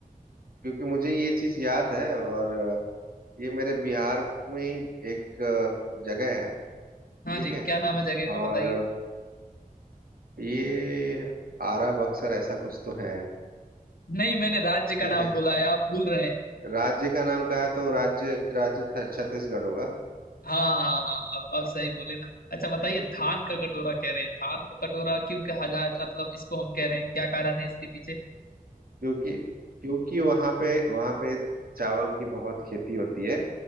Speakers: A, on the right; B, on the left.
A: क्योंकि मुझे ये चीज याद है और अ, ये मेरे बिहार में ही एक अ, जगह है
B: हाँ
A: ठीक
B: जी
A: है
B: क्या नाम है जगह का
A: और
B: बताइए
A: अ, ये आरा बक्सर ऐसा कुछ तो है
B: नहीं मैंने राज्य का
A: ठीक
B: नाम
A: है
B: बोला है आप भूल रहे हैं
A: राज्य का नाम कहा तो राज्य राज्य छ- छत्तीसगढ़ होगा
B: हाँ हाँ हाँ अब अब सही बोले ना अच्छा बताइए धान का कटोरा कह रहे हैं धान का कटोरा क्यों कहा जा मतलब इसको हम कह रहे हैं क्या कारण है इसके पीछे
A: क्योंकि क्योंकि वहां पे वहां पे चावल की बहुत खेती होती है